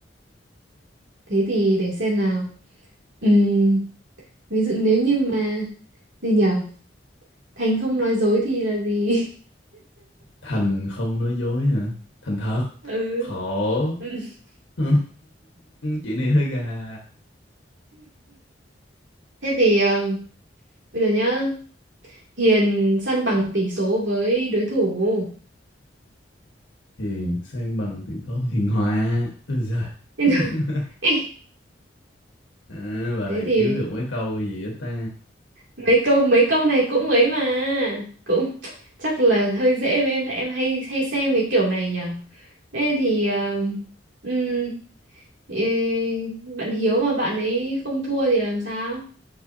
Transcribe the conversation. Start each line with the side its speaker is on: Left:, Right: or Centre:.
Right: thế thì để xem nào Ừm, ví dụ nếu như mà gì nhở Thành không nói dối thì là gì
Left: Thành không nói dối hả? Thành thật.
Right: <laughs> ừ
Left: Khổ.
Right: <coughs>
Left: <laughs> Chị này hơi gà.
Right: thế thì à, bây giờ nhá Hiền săn bằng tỷ số với đối thủ
Left: Hiền sang bằng tự thố hiền hòa. Ôi giời.
Right: <laughs> Thế nào?
Left: <laughs>
Right: Ê,
Left: À, bà
Right: thế
Left: này
Right: thì
Left: kiếm được mấy câu gì á ta?
Right: mấy câu mấy câu này cũng ấy mà cũng chắc là hơi dễ với em tại em hay hay xem cái kiểu này nhở thế thì ờ, ừm, ê, bạn Hiếu mà bạn ấy không thua thì làm sao